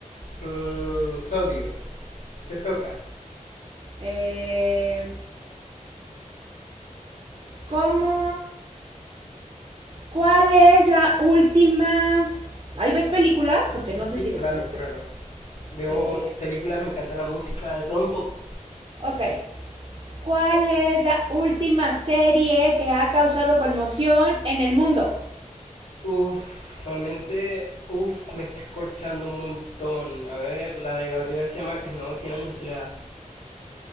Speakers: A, on the left; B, on the right.
A: Mm, sodio, te toca.
B: Eh, ¿cómo? ¿Cuál es la última? ¿Ahí ves películas? Porque no sé
A: Sí,
B: si
A: claro,
B: ves películas.
A: claro. Veo
B: Eh,
A: películas, me encanta la música, de todo un poco.
B: ok. ¿Cuál es la última serie que ha causado conmoción en el mundo?
A: Uf, realmente, uf, me estás corchando un montón. A ver, la de Gabriel García Márquez, no, cien años de soledad.